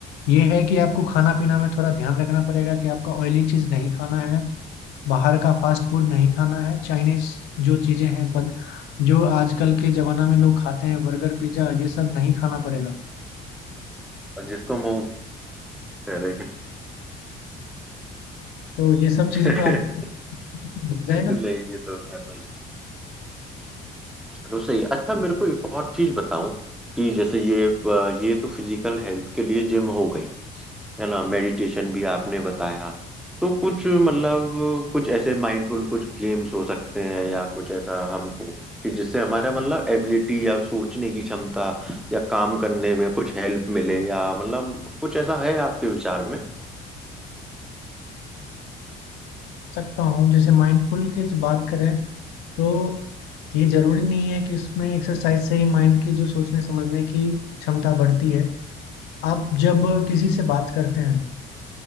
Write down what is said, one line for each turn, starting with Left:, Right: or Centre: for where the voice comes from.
Left: ये है कि आपको खाना पीना में थोड़ा ध्यान रखना पड़ेगा कि आपका ऑयली चीज़ नहीं खाना है बाहर का फास्ट फूड नहीं खाना है चाइनीज जो चीज़ें हैं पद जो आजकल के ज़माना में लोग खाते हैं बर्गर पिज्ज़ा ये सब नहीं खाना पड़ेगा
Centre: अब जिसको मुंह करे
Left: तो ये सब
Centre: <laughs>
Left: चीज़ें पर आप हो जाएगा
Centre: नहीं ये तो क्या रसोई अच्छा मेरे को एक और चीज बताओ कि जैसे ये अ, ये तो फिजिकल हेल्थ के लिए जिम हो गई है ना मेडिटेशन भी आपने बताया तो कुछ मतलब कुछ ऐसे माइंडफुल कुछ गेम्स हो सकते हैं या कुछ ऐसा हमको कि जिससे हमारा मतलब एबिलिटी या सोचने की क्षमता या काम करने में कुछ हेल्प मिले या मतलब कुछ ऐसा है आपके विचार में
Left: सकता हूँ जैसे माइंडफुल की जो बात करें तो ये जरूरी नहीं है कि इसमें एक्सरसाइज से ही माइंड की जो सोचने समझने की क्षमता बढ़ती है आप जब किसी से बात करते हैं